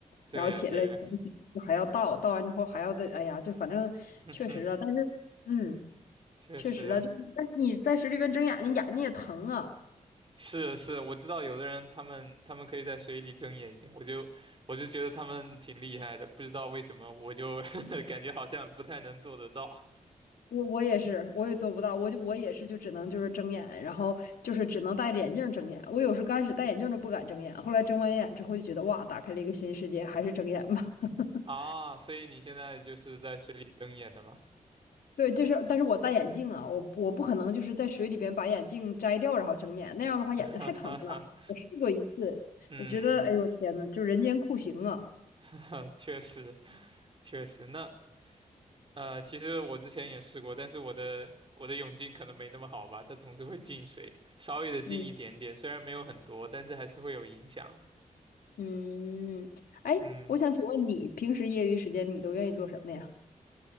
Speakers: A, on the right; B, on the left.
A: 对呀对呀，
B: 然后起来就不行就还要倒，倒完之后还要再，哎呀，就反正确实啊，
A: <laughs>
B: 但是嗯，
A: 确实。
B: 确实啊，就但是你在水里边睁眼睛，眼睛也疼啊。
A: 是是，我知道有的人他们他们可以在水里睁眼睛，我就我就觉得他们挺厉害的，不知道为什么我就 <laughs> 感觉好像不太能做得到
B: 我我也是，我也做不到，我就我也是，就只能就是睁眼，然后就是只能戴着眼镜儿睁眼。我有时候刚开始戴眼镜儿都不敢睁眼，后来睁完眼之后就觉得哇，打开了一个新世界，还是睁眼吧。<laughs>
A: 啊。所以你现在就是在水里睁眼的吗？
B: 对，就是，但是我戴眼镜啊，我我不可能就是在水里边把眼镜摘掉然后睁眼，那样的话眼睛太疼了。
A: <laughs> 哈哈哈
B: 我试过一次，
A: 嗯，
B: 我觉得哎呦天呐，就人间酷刑啊！
A: <laughs> 确实确实。那呃，其实我之前也试过，但是我的我的泳镜可能没那么好吧，它总是会进水，稍微的进一点点，
B: 嗯
A: 虽然没有很多，但是还是会有影响。
B: 嗯，哎，
A: 嗯。
B: 我想请问你平时业余时间你都愿意做什么呀？